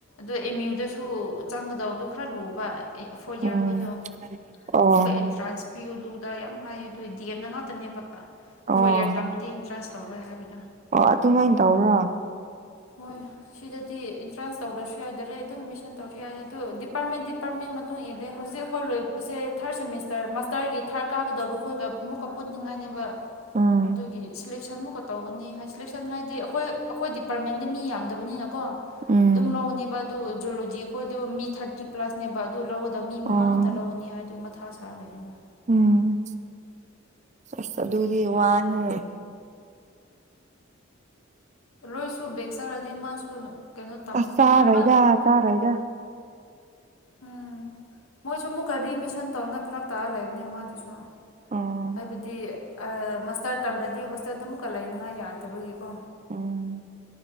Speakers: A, on the left; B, on the right.
A: ꯑꯗꯣ ꯑꯦꯝ ꯌꯨꯗꯁꯨ ꯆꯪꯒꯗꯕꯗꯨ ꯈꯔ ꯂꯨꯕ ꯐꯣꯔ ꯏꯌꯥꯔ
B: ꯎꯝ
A: ꯈꯣꯏꯗꯣ
B: ꯑꯣ
A: ꯑꯃꯨꯛꯀ ꯑꯦꯟꯇ꯭ꯔꯥꯟꯁ ꯄꯤꯌꯨ ꯗꯨꯗ ꯌꯥꯝ ꯍꯥꯏ ꯑꯗꯨ ꯗꯤ ꯑꯦꯝ ꯗ ꯉꯥꯛꯇꯅꯦꯕ
B: ꯑꯣ
A: ꯐꯣꯔ ꯏꯌꯥꯔ ꯇꯝꯕꯗꯤ ꯑꯦꯟꯇ꯭ꯔꯥꯟꯁ ꯂꯧꯔꯣꯏ ꯍꯥꯏꯕꯗꯣ
B: ꯑꯣ ꯑꯗꯨꯃꯥꯏ ꯇꯧꯕ꯭ꯔꯣ
A: ꯍꯣꯏ ꯁꯤꯗꯗꯤ ꯑꯦꯟꯇ꯭ꯔꯥꯟꯁ ꯇꯧꯗ꯭ꯔꯁꯨ ꯌꯥꯏ ꯑꯗꯨꯝ ꯗꯥꯏꯔꯦꯛ ꯃꯤꯁꯟ ꯇꯧꯔꯁꯨ ꯌꯥꯏ ꯑꯗꯣ ꯗꯤꯞ ꯗꯤꯄꯥꯔꯠꯃꯦꯟꯠ ꯗꯤꯄꯥꯔꯠꯃꯦꯟꯠ ꯃꯇꯨꯡ ꯏꯜꯂꯦ ꯍꯧꯖꯤꯛ ꯑꯩꯈꯣꯏ ꯂꯣꯏꯕꯁꯦ ꯊꯥꯔꯠ ꯁꯦꯃꯤꯁꯇꯔ ꯃꯥꯁꯇꯔꯒꯤ ꯗꯔ ꯀꯥꯒꯗꯕ ꯈꯣꯏꯒ ꯑꯃꯨꯛꯀ ꯄꯨꯟꯅꯤꯡꯉꯥꯏꯅꯦꯕ
B: ꯎꯝ
A: ꯑꯗꯨꯒꯤ ꯁꯤꯂꯦꯛꯁꯟꯃꯨꯛꯀ ꯇꯧꯒꯅꯤ ꯍꯥꯏ ꯁꯦꯂꯦꯛꯁꯟ ꯍꯥꯏꯗꯤ ꯑꯈꯣꯏ ꯑꯈꯣꯏ ꯗꯤꯄꯥꯔꯠꯃꯦꯟꯗꯤ ꯃꯤ ꯌꯥꯝꯗꯕꯅꯤꯅꯀꯣ
B: ꯎꯝ
A: ꯑꯗꯨꯝ ꯂꯧꯅꯦꯕ ꯑꯗꯨ ꯖꯨꯂꯣꯖꯤ ꯈꯣꯏꯗꯣ ꯃꯤ ꯊꯥꯔꯇꯤ ꯄ꯭ꯂꯁꯅꯦꯕ ꯑꯗꯨ ꯂꯧ ꯃꯤ ꯃꯉꯥ
B: ꯑꯣ
A: ꯈꯛꯇ ꯂꯧꯒꯅꯤ ꯍꯥꯏꯗ ꯃꯊꯥ ꯁꯥꯔ ꯂꯩꯌꯦꯃꯣꯏ
B: ꯎꯝ ꯑꯁ ꯑꯗꯨꯗꯤ ꯋꯥꯅꯤꯍꯦ <inaudible>
A: ꯂꯣꯏꯁꯨ ꯕꯦꯛ ꯆꯥꯔꯗꯤ ꯃꯥꯁꯨ ꯀꯩꯅꯣ ꯇꯝꯒꯅꯤ
B: ꯑꯁ
A: ꯍꯥꯏ
B: ꯆꯥꯑꯣꯏꯗ ꯆꯥꯔꯣꯏꯗ
A: ꯎꯝ ꯃꯣꯏꯁꯨ ꯑꯃꯨꯛꯀ ꯔꯤꯃꯤꯁꯟ ꯇꯧꯔꯒ ꯐꯔꯛ ꯇꯥꯔꯒ ꯂꯩꯕꯅꯤ ꯃꯗꯨꯁꯨ
B: ꯎꯝ
A: ꯍꯥꯏꯕꯗꯤ ꯃꯥꯁꯇ꯭ꯔ ꯇꯝꯔꯗꯤ ꯍꯣꯁꯇꯦꯜꯗ ꯑꯃꯨꯛꯀ ꯂꯩꯅꯉꯥꯏ ꯌꯥꯗꯕꯒꯤꯀꯣ
B: ꯎꯝ